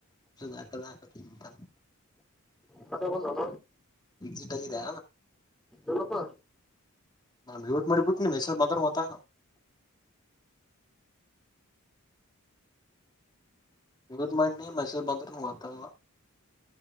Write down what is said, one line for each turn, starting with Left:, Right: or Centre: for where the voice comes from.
Left: ಹಾಕಂತ
Centre: ಕತ್ತ ಬಸೋತ
Left: ಎಜಿಟ್ಗಿದೆ
Centre: ಹಪ್ಪ
Left: ನಾ ಮ್ಯೂಟ್ ಮಾಡಿಬಟ್ಟುನ ಮಸಬ್ ಮಾತ್ರ ಮತ ಇಗತ್ತು ಮಾಡ ನೀ ಮೆಸೇಜ್ ಬತ್ರ ನೀ ವತಲ್ಲ